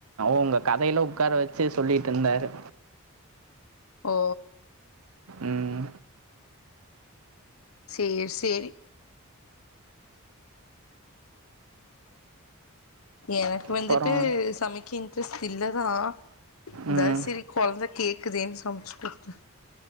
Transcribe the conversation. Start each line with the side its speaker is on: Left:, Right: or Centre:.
Right: ஒங்க கதையில உக்கார வச்சு சொல்லிட்ருந்தாரு
Left: ஓ
Right: ம்
Left: சேரி சேரி எனக்கு
Right: அப்புறம்
Left: வந்துட்டு சமைக்கிங் டேஸ்ட் இல்லதா இருந்தாலு
Right: ம்
Left: சரி கொழந்த கேக்குதேனு சமைச்சு குடுத்தே